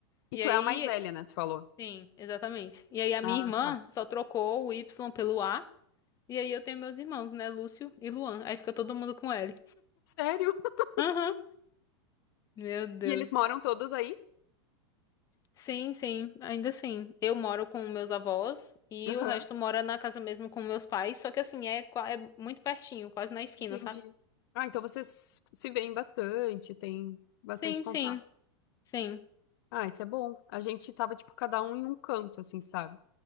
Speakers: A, on the left (about 25°); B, on the left (about 55°).
A: E
B: E tu
A: aí,
B: é a mais velha, né? Tu falou.
A: sim, exatamente. E aí a
B: Ah,
A: minha irmã
B: tá.
A: só trocou o Y pelo A. E aí eu tenho meus irmãos, né? Lúcio e Luan. Aí fica todo mundo com L.
B: Sério? <laughs>
A: Aham. Meu Deus.
B: E eles moram todos aí?
A: Sim, sim, ainda assim. Eu moro com meus avós e
B: Aham.
A: o resto mora na casa mesmo com meus pais, só que assim, é, qua- é muito pertinho, quase na esquina,
B: Entendi.
A: sabe?
B: Ah, então vocês se veem bastante, tem bastante
A: Sim,
B: contato.
A: sim, sim.
B: Ah, isso é bom. A gente tava, tipo, cada um em um canto, assim, sabe?